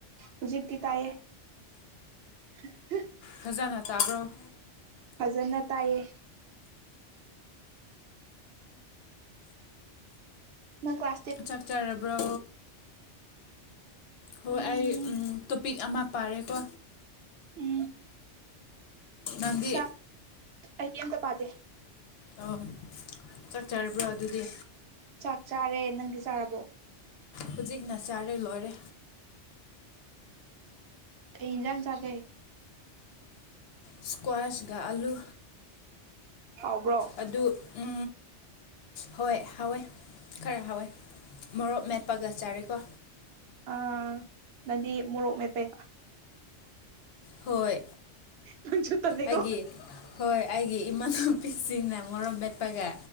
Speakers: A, on the right; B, on the left.
A: ꯍꯧꯖꯤꯗꯤ ꯇꯥꯏꯌꯦ <inaudible>
B: ꯐꯖꯅ ꯇꯥꯕ꯭ꯔꯣ
A: ꯐꯖꯅ ꯇꯥꯏꯌꯦ ꯅꯪ ꯀ
B: ꯆꯥꯛ ꯆꯔꯕ꯭ꯔꯣ ꯍꯣꯏ
A: ꯎꯝ
B: ꯑꯩ ꯇꯣꯄꯤꯛ ꯑꯃ ꯄꯥꯔꯦꯀꯣ
A: ꯎꯝ
B: ꯅꯪꯗꯤ
A: ꯁꯥ ꯑꯩꯗꯤ ꯑꯝꯇ ꯄꯥꯗꯦ꯫
B: ꯑꯣ ꯆꯠ ꯆꯥꯔꯕ꯭ꯔꯣ ꯑꯗꯨꯗꯤ
A: ꯆꯥꯛ ꯆꯥꯔꯦ ꯅꯪꯗꯤ ꯆꯥꯔꯕꯣ
B: ꯍꯨꯖꯤꯛꯅ ꯆꯥꯔꯦ ꯂꯣꯏꯔꯦ꯫
A: ꯀꯩ ꯏꯟꯖꯥꯡ ꯆꯥꯒꯩ
B: ꯏꯁ꯭ꯀ꯭ꯋꯥꯁꯒ ꯑꯂꯨ
A: ꯍꯥꯎꯕ꯭ꯔꯣ
B: ꯑꯗꯨ ꯎ ꯍꯣꯏ ꯍꯋꯦ ꯈꯔ ꯍꯥꯎꯋꯦ ꯃꯣꯔꯣꯛ ꯃꯦꯞꯄꯒ ꯆꯥꯔꯦꯀꯣ꯫
A: ꯑ ꯅꯗꯤ ꯃꯣꯔꯣꯛ ꯃꯦꯄꯦ
B: ꯍꯣꯏ
A: ꯅꯪꯁꯨ ꯇꯜꯂꯦꯀꯣ
B: ꯑꯩꯒꯤ ꯍꯣꯏ ꯑꯩꯒꯤ ꯏꯅꯥꯄꯤꯁꯤꯡꯅ ꯃꯣꯔꯣꯛ ꯃꯦꯠꯄꯒ